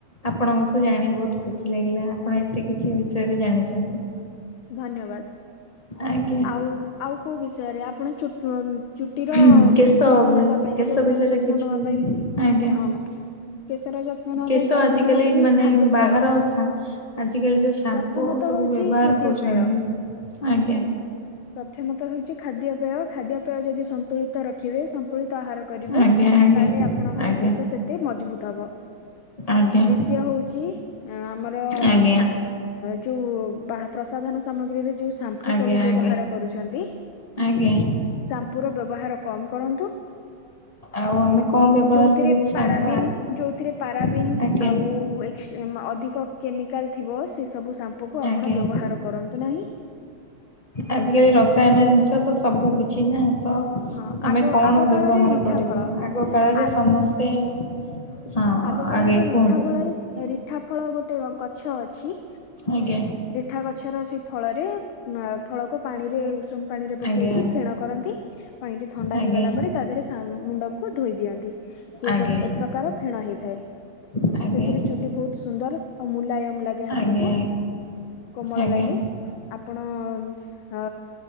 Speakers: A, on the left; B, on the left.
A: ଆପଣଙ୍କଠୁ ଜାଣି ବହୁତ ଖୁସି ଲାଗିଲା ଆପଣ ଏତେ କିଛି ବିଷୟରେ ଜାଣିଛନ୍ତି।
B: ଧନ୍ୟବାଦ
A: ଆଜ୍ଞା
B: ଆଉ ଆଉ କୋଉ ବିଷୟରେ ଆପଣ ଚୁଟିର
A: କେଶ
B: ଯତ୍ନ ନବା ପାଇଁ
A: କେଶ
B: କେଶର
A: ବିଷୟରେ
B: ଯତ୍ନ
A: କିଛି
B: ନବା ପାଇଁ
A: ଆଜ୍ଞା
B: ହଁ କେଶର ଯତ୍ନ ନେବା
A: କେଶ
B: ପାଇଁ ପ୍ରଥମ
A: ଆଜିକାଲି
B: ହଉଛି
A: ମାନେ
B: ଖାଦ୍ୟପେୟ।
A: ବାହାର ସା ଆଜିିକାଲି ଯୋଉ ସା ସାମ୍ପୁ
B: ପ୍ରଥମତଃ
A: ସବୁ
B: ହଉଛି
A: ବ୍ୟବହାର
B: ଖାଦ୍ୟପେୟ।
A: କରୁଛନ୍ତି ଆଜ୍ଞା।
B: ପ୍ରଥମତ ହଉଛି ଖାଦ୍ୟପେୟ ଖାଦ୍ୟପେୟ ଯଦି ସନ୍ତୁଳିତ ରଖିବେ ସନ୍ତୁଳିତ ଆହାର କରିବେ
A: ଆଜ୍ଞା ଆଜ୍ଞା
B: ତାହେଲେ ଆପଣଙ୍କର
A: ଆଜ୍ଞା
B: କେଶ ସେତେ ମଜବୁତ ହବ।
A: ଆଜ୍ଞା
B: ଦ୍ଵିତୀୟ ହଉଚ ଆମର
A: ଆଜ୍ଞା ଆଜ୍ଞା
B: ଯୋଉ ବା ପ୍ରସାଧନ ସାମଗ୍ରୀରେ ଯୋଉ ସାମ୍ପୁ
A: ଆଜ୍ଞା
B: ସବୁ ବ୍ୟବହାର ହାର କାଟୁଛନ୍ତି
A: ଆଜ୍ଞା
B: ସାମ୍ପ ର ବ୍ୟବହାର କମ କରନ୍ତୁ
A: ଆଉ ଆମେ କଣ ବ୍ୟବହାର
B: ଯୋଉଥିରେ
A: କରିବୁ ସାମ୍ପ
B: ପାରାବିନ୍ ଯୋଉଥିରେ ପାରାବିନ୍
A: ଆଜ୍ଞା
B: ଆଉ ଅଧିକ କେମିକାଲ୍ ଥିବ ସେସବୁ ସାମ୍ପୁକୁ ଆପଣ
A: ଆଜ୍ଞା
B: ବ୍ୟବହାର କରନ୍ତୁ ନାହିଁ।
A: ଆଜିକାଲି ରସାୟନ ଜିନିଷ ତ ସବୁ କିଛି ନା ତ
B: ହଁ ଆଗ
A: ଆମେ କଣ
B: ଆଗ
A: ବ୍ୟବହାର
B: କାଳରେ ରିଠା
A: କରିବୁ
B: ଫଳ
A: ଆଗ କାଳରେ
B: ଆ
A: ସମସ୍ତେ ହଁ
B: ଆଗ କାଳରେ
A: ଆଜ୍ଞା
B: ରିଠା
A: କୁହନ୍ତୁ
B: ଫଳରେ ରିଠା ଫଳ ଗୋଟେ ଗଛ ଅଛି
A: ଆଜ୍ଞା
B: ରିଠା ଗଛର ସେଇ ଫଳରେ ଫଳକୁ ପାଣିରେ ଉଷୁମ ପାଣି ରେ ପକେଇକି
A: ଆଜ୍ଞା
B: ଫେଣ କରନ୍ତି ପାଣିଟି ଥଣ୍ଡା
A: ଆଜ୍ଞା
B: ହେଇଗଲା ପରେ ତା ଦେହରେ ସା ମୁଣ୍ଡକୁ ଧୋଇ ଦିଅନ୍ତି ସେ
A: ଆଜ୍ଞା
B: ଗୋଟେ ଏ ପ୍ରକାର ଫେଣ ହେଇଥାଏ
A: ଆଜ୍ଞା
B: ସେଥିରେ ଚୁଟି ବହୁତ ସୁନ୍ଦର ଆଉ ମୁଲାୟମ ଲାଗେ ହାତକୁ
A: ଆଜ୍ଞା
B: କୋମଳ
A: ଆଜ୍ଞା
B: ଲାଗେ ଆପଣ ଅ